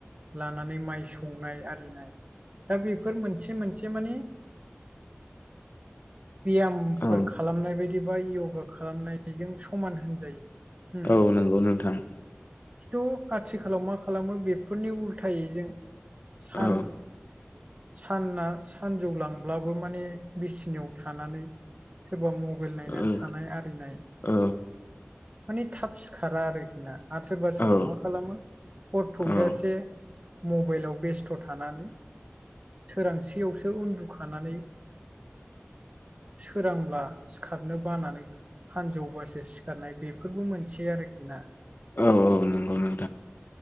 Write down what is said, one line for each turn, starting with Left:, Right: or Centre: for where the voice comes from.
Right: लानानै माइ सौनाय आरिनाय। दा बेफोर मोनसे मोनसे मानि बियाम मफोर
Left: औ
Right: खालामनाय बायदि बा योगा खालामनायजों समान होन जायो होम।
Left: औ नंगौ नोंथां
Right: थ' आथिखालाव मा खालामो बेफोरनि उल्थायै जों सान-साना
Left: औ
Right: सानजौ लांब्लाबो माने बिसिनियाव थानानै सोरबा मबाइल नायनानै
Left: औ
Right: थानाय आरिनाय
Left: औ।
Right: माने थाब सिखारा आरोखि ना आरो सोरबा सोरबा
Left: औ
Right: मा खालामो हर थौजासे
Left: औ
Right: मबेइलाव बेस्थ' थानानै सोरांसेयावसो उन्दुखानानै सोरांब्ला सिखारनो बानानै सानजौबासो सिखारनाय बेफोरबो मोनसे आरोखि ना
Left: औ औ नंगौ नों